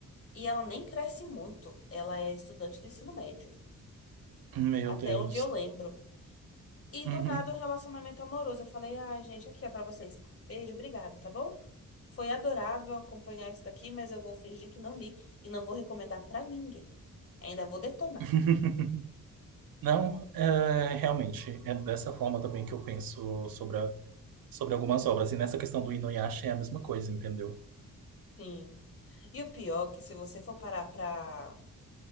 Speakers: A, on the left; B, on the right.
A: e ela nem cresce muito. Ela é estudante do ensino médio,
B: Meu
A: até
B: Deus.
A: onde eu lembro. E
B: Uhum.
A: do nada o relacionamento amoroso. Eu falei, ai, gente, aqui é pra vocês. Beijo, obrigada, tá bom? Foi adorável acompanhar isso daqui, mas eu vou fingir que não li e não vou recomendar pra ninguém. Ainda vou detonar.
B: <laughs> Não, é, realmente, é dessa forma também que eu penso sobre, a- sobre algumas obras. E nessa questão do Inuyasha é a mesma coisa, entendeu?
A: Sim. E o pior, é que se você for parar pra,